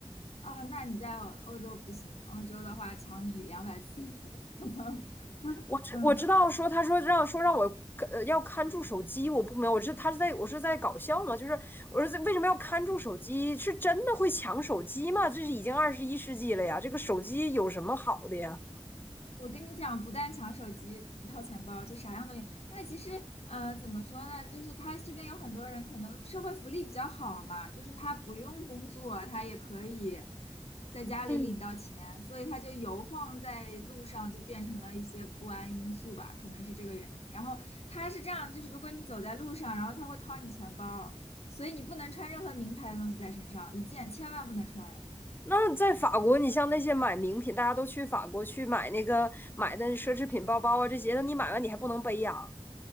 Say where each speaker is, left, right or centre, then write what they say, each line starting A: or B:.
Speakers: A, on the left; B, on the left.
A: 啊，那你在欧洲不行，欧洲的话抢你两百次。<laughs>
B: 我知我知道说他说让说让我呃要看住手机，
A: 嗯
B: 我不明白，我是他是在我是在搞笑吗？就是我说这为什么要看住手机？是真的会抢手机吗？这是已经二十一世纪了呀，这个手机有什么好的呀？
A: 我跟你讲，不但抢手机、掏钱包，就啥样都有。因为其实，呃，怎么说呢，就是他这边有很多人可能社会福利比较好嘛，就是他不用工作，他也可以在家里领到钱，
B: 嗯。
A: 所以他就游晃在路上，就变成了一些不安因素吧，可能是这个原因。然后他是这样，就是如果你走在路上，然后他会掏你钱包，所以你不能穿任何名牌的东西在身上，一件千万不能穿。
B: 那在法国，你像那些买名品，大家都去法国去买那个买的奢侈品包包啊这些，那你买完你还不能背呀、